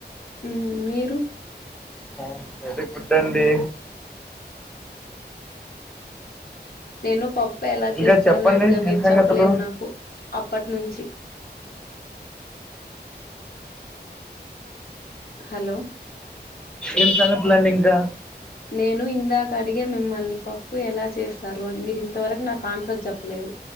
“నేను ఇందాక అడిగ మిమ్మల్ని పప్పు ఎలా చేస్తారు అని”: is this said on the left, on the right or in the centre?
Left